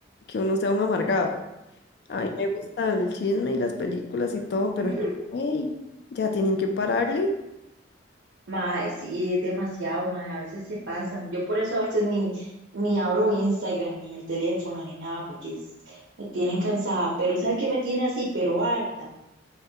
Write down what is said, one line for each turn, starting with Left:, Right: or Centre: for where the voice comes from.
Left: que uno sea un amargado. A mí me gusta el chisme y las películas y todo, pero
Right: Ujú.
Left: ey, ya tienen que pararle.
Right: Mae, sí, es demasiado, mae, a veces se pasan. Yo por eso a veces ni, ni abro Instagram, ni el teléfono, ni nada, porque es- me tienen cansada. Pero ¿sabe qué me tiene así? Pero harta.